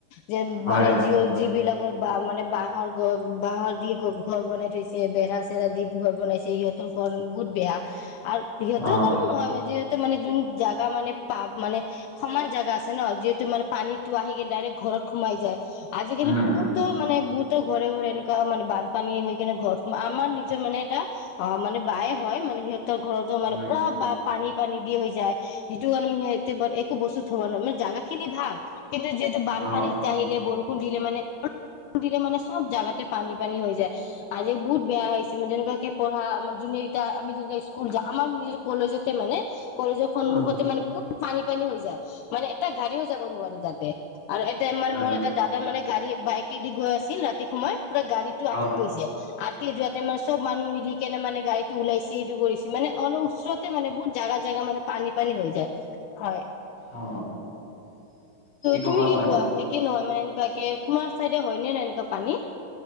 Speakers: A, on the left; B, on the left.
A: যে
B: হয়
A: মানে যি যিবিলাক? ৰ ব মানে বাঁহৰ গ বাঁহৰ দি। ঘৰ বনাই থৈছে বেৰা চেৰা দি ঘৰ বনাইছে সিহঁতৰ ঘৰ বহুত বেয়া। আৰু সহতৰ
B: অ
A: ৰু কণো নহয় মই যে। মানে যোন জোগা মানে প মানে সমান জাগা আছে ন যিহেতু মানে পানী। টো আহি কিনে ডাইৰেক্ট ঘৰত সোমাই যায় আজিকালি
B: উম
A: বহুতো
B: উম
A: মানে বহুত। ঘৰে ঘৰে এনেকৈ মানে বান পানী হৈ কিনে ঘৰত আমাৰ নিজৰ মানে এটা অঁ মানে বায়ে হয় মানে সিহঁতৰ ঘৰতো মানে
B: উম
A: পুৰা পানী পানী দি হৈ যায় সেইটো কাৰি সিহঁতে একো বস্তু থ'ব নোৱাৰো মানে জাগা খিনি ভাল কিন্তু যিহেতু বানপানী
B: অ
A: আহিলে বৰষুণ দিলে মানে দিলে মানে চব জেগাতে পানী পানী হৈ যায়। আজি বহুত বেয়া আহছে মানে যেনেকুৱাকৈ পঢ়ানে যোনেকেইটা আমি যেনে স্কুল যাওঁ আমাৰ নিজৰ কলেজতে মানে কলেজৰ সন্মুখতে
B: উম
A: মানে বহুত পানী পানী হৈ যায় মানে এটা গাড়ীও যাব নোৱাৰে তাতে। আৰু এতিয়া আমাৰ
B: হয়
A: মোৰ
B: নেকি
A: এটা দাদা মানে গাড়ীয়ে বাইকে দি গৈ আছিল ৰাতি সময়ত পুৰা গাড়ীতটো আকে
B: অ
A: যোৱাতে মানে চব মানুহ মিলি কেনে মানে গাড়ীটো ওলাইছে সটো কৰিছে মানে অলপ ওচৰতে মানে বহুত জেগা জেগা মানে পানী পানী হৈ যায় হয়।
B: অ ক'বা
A: তুমি কি
B: বান
A: কোৱা হয় কি নহয় মানে তোমাৰ চাইডে হয়নে নে এনেকুৱা পানী